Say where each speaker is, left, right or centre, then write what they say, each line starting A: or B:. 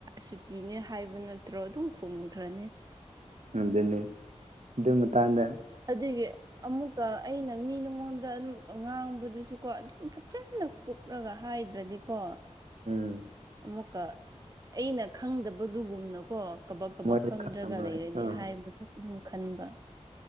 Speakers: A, on the right; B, on the right.
A: ꯁꯨꯇꯤꯅꯦ ꯍꯥꯏꯕ ꯅꯠꯇ꯭ꯔꯣ ꯑꯗꯨꯝ ꯈꯣꯡꯈ꯭ꯔꯅꯤ ꯑꯦ <unintelligible>
B: ꯎꯗꯅꯤ ꯑꯗꯨ ꯃꯇꯥꯡꯗ
A: ꯑꯗꯨꯒꯤ ꯑꯃꯨꯛꯀ ꯑꯩꯅ ꯃꯤ ꯅꯉꯣꯟꯗ ꯑꯗꯨꯝ ꯉꯥꯡꯕꯗꯨꯁꯨꯀꯣ ꯑꯗꯨꯝ ꯐꯖꯅ ꯀꯨꯞꯂꯒ ꯍꯥꯏꯗ꯭ꯔꯗꯤꯀꯣ
B: ꯎꯝ
A: ꯑꯃꯨꯛꯀ ꯑꯩꯅ ꯈꯪꯗꯕꯗꯨꯒꯨꯝꯅꯀꯣ ꯀꯕꯛ ꯀꯕꯛ
B: ꯃꯣꯏꯁꯨ
A: ꯈꯪꯗ꯭ꯔꯒ
B: ꯈꯪꯉꯝꯃꯔꯣꯏ
A: ꯂꯩꯔꯗꯤ
B: ꯑꯥ
A: ꯍꯥꯏꯕꯗꯨ ꯑꯗꯨꯝ ꯈꯟꯕ